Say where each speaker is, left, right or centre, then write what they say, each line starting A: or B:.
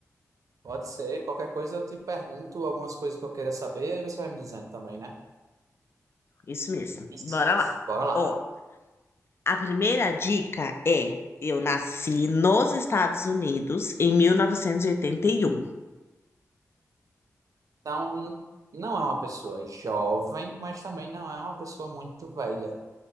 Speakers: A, on the right; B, on the left.
A: Pode ser, qualquer coisa eu te pergunto algumas coisas que eu queira saber, aí você vai me dizendo também, né?
B: Isso mesmo.
A: Isso.
B: Bora lá.
A: Bora lá.
B: Ó, a primeira dica é: eu nasci nos Estados Unidos em mil novecentos e e oitenta e um.
A: Então, n- não é uma pessoa jovem, mas também não é uma pessoa muito velha.